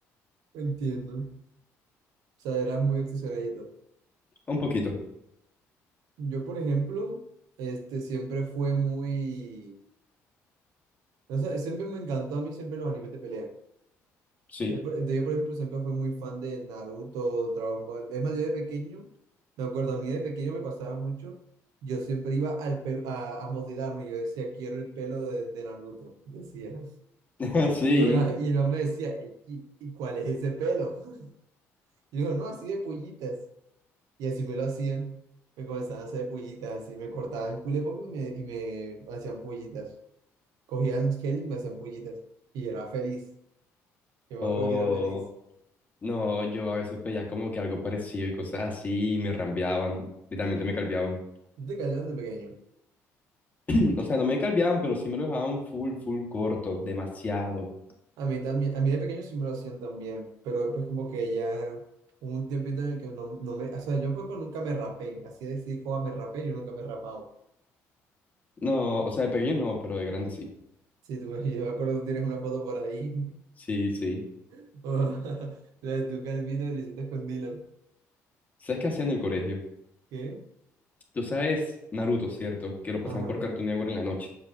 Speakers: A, on the right; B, on the left.
A: entiendo. O sea, eras muy obsesionadito.
B: Un poquito,
A: Yo, por ejemplo, este, siempre fue muy... O sea, siempre me encantó a mí siempre los animes de pelea.
B: sí.
A: Siempre- entonces Yo, por ejemplo, siempre fui muy fan de Naruto, Dragon Ball. Es más, yo de pequeño, me acuerdo, a mí de pequeño me pasaba mucho. Yo siempre iba al pelo, a, a modelarme. Yo decía, quiero el pelo de, de Naruto. Decía. <laughs>
B: <laughs> Sí.
A: Y el, ma- y el man me decía, "Ey, ¿y, y cuál es ese pelo? <laughs> Y yo, no, así de pollitas. Y así me lo hacían. Me comenzaban a hacer pollitas. Así me cortaban el culo poco y me, y me hacían pollitas. Cogían gel y me hacían pollitas. Y era feliz. Yo
B: O
A: me acuerdo que era feliz.
B: no, yo a veces pedía como que algo parecido y cosas así y me rambeaban. Literalmente me calveaban.
A: ¿No te callaron de pequeño?
B: <clears throat> O sea, no me calveaban, pero sí me lo dejaban full, full corto, demasiado.
A: A mí también, a mí de pequeño sí me lo hacían también, pero después como que ya hubo un tiempito en el que no, no me, o sea, yo pues, pues, nunca me rapé, así de decir, joa, me rapé, yo nunca me he rapado.
B: No, o sea, de pequeño no, pero de grande sí.
A: Sí, tú, <laughs> me- yo me acuerdo tú tienes una foto por ahí,
B: Sí, sí.
A: <laughs> o la de tu calvino que le hiciste con Dylan,
B: ¿Sabes qué hacía en el colegio?
A: ¿qué?
B: Tú sabes Naruto, ¿cierto? Que lo
A: Ajá,
B: pasaban por Cartoon Network en la noche.